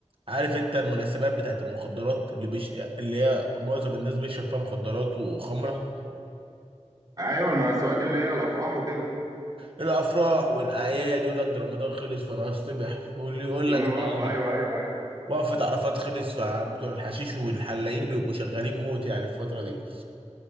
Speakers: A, on the right; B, on the right.
A: عارف انت المناسبات بتاعت المخدرات اللي بيش... اللي هي معظم الناس بيشرب فيها مخدرات وخمره
B: ايوه المناسبات اللي هي الافراح وكده
A: الافراح والاعياد يقول لك ده رمضان خلص فانا هصطبح واللي يقول
B: يوم
A: لك
B: الوقفة
A: ده
B: أيوه أيوه أيوه
A: وقفة عرفات خلص فبتوع الحشيش والحلاقين بيبقوا شغالين موت يعني الفترة دي